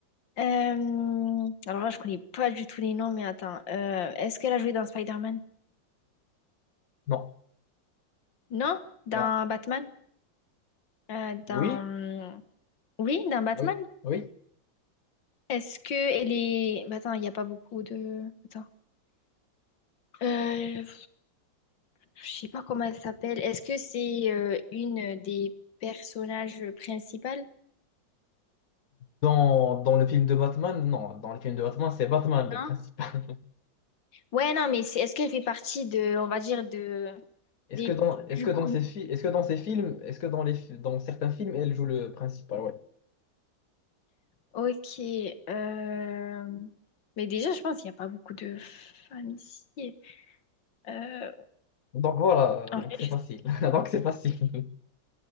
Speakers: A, on the left; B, on the left.
A: Euh, alors là, je connais pas du tout les noms, mais attends. Euh, est-ce qu'elle a joué dans Spider-Man?
B: Non,
A: Non, dans
B: non.
A: Batman. Euh,
B: Oui,
A: dans... Oui, dans Batman.
B: oui, oui.
A: Est-ce que elle est... bah, Attends, il n'y a pas beaucoup de... Attends. Euh, je sais pas comment elle s'appelle. Est-ce que c'est euh, une des personnages principales?
B: Dans, dans le film de Batman, non. Dans le film de Batman, c'est Batman
A: Non?
B: le principal.
A: Ouais, non, mais c'est... est-ce qu'elle fait partie de, on va dire, de...
B: <laughs> Est-ce
A: des
B: que dans, est-ce
A: plus
B: que
A: connus?
B: dans ces fi- est-ce que dans ces films, est-ce que dans les, fi- dans certains films, elle joue le principal, ouais.
A: Ok. euh, Mais déjà, je pense qu'il n'y a pas beaucoup de femmes ici. Euh,
B: Donc voilà,
A: En
B: donc
A: vrai,
B: c'est
A: je...
B: facile. <laughs> Donc c'est facile.